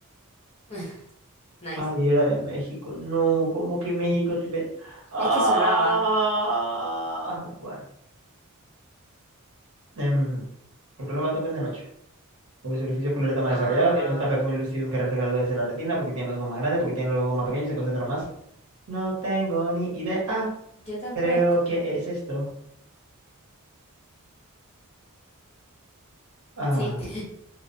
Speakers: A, on the left; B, on the right.
A: <laughs> Nice.
B: Ay, era de México. No, ¿cómo que México? tiene- Ah,
A: Es que sonaba.
B: bueno. Em, ¿por qué los gatos ven de noche? Porque su orificio ocular está más
A: Ah,
B: desarrollado, tiene un tapetón lucidum que refleja la luz hacia la retina, porque tiene los ojos más grandes, porque tiene los ojos más pequeños y se concentra más. No tengo ni idea.
A: yo tampoco.
B: Creo que es esto. Ah,
A: Sí, <laughs>